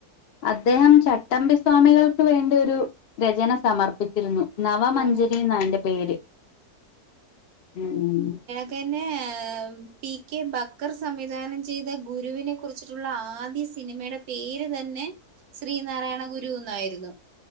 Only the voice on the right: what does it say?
ഓ
പിന്നെ പി കെ ബക്ക്കർ സംവിധാനം ചെയ്ത ഗുരുവിനെ കുറിച്ച് ച്ചിട്ടുള്ള ആദ്യ സിനിമയുടെ പേര് തന്നെ ശ്രീനാരായണ ഗുരു എന്നായിരുന്നു